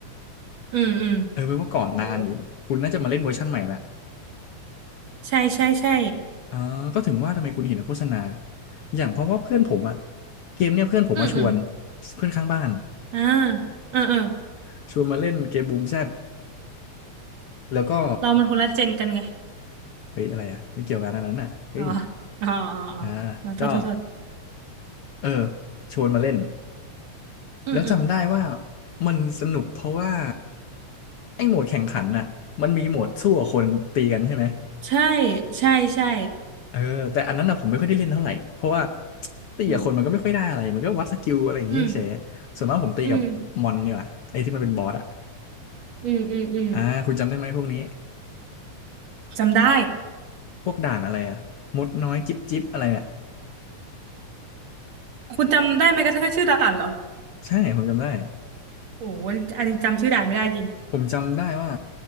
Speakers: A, on the right; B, on the left.
A: อืมอืม
B: เออเป็นว่าก่อนนานอยู่คุณน่าจะมาเล่นเวอร์ชันใหม่ละ
A: โหใช่ใช่ใช่
B: อ๋อก็ถึงว่าทำไมคุณเห็นโฆษณาอย่างเพราะว่าเพื่อนผมอะเกมเนี่ยเพื่อนผมมาชวน
A: อืมอืม
B: เพื่อนข้างบ้าน
A: อ่าเออเออ
B: <laughs> ชวนมาเล่นเกมบูมแชทแล้วก็
A: เรามันคนละเจนกันไง
B: เฮ้ยอะไรอะไม่เกี่ยวกันอันนั้นอะเฮ้ย
A: อ๋ออ๋ออ๋ออ๋ออ๋อโทษโทษโทษ
B: อ่าก็เออชวนมาเล่น
A: อืมอืม
B: แล้วจำได้ว่ามันสนุกเพราะว่าไอ้โหมดแข่งขันน่ะมันมีโหมดสู้กับคนตีกันใช่ไหม
A: ใช่ใช่ใช่
B: เออแต่อันนั้นนะผมไม่ค่อยได้เล่นเท่าไหร่เพราะว่าตีกับคนมันก็ไม่ค่อยได้อะไรมันก็วัดสกิลอะไรอย่างงี้เฉยส่วนมากผมตีกับมอนเนี่ยไอ้ที่มันเป็นบอสอ่ะ
A: อืมอืมอืมอืมอืมอืม
B: อ่าคุณจำได้ไหมพวกนี้
A: จำได้
B: พวกด่านอะไรอ่ะมดน้อยจิ๊บจิ๊บอะไรอ่ะ
A: คุณจำได้ไหมกระทั่งชื่อด่านเหรอ
B: <laughs> ใช่ผมจำได้
A: โอ้โหอันนี้จำชื่อด่านไม่ได้จริง
B: ผมจำได้ว่า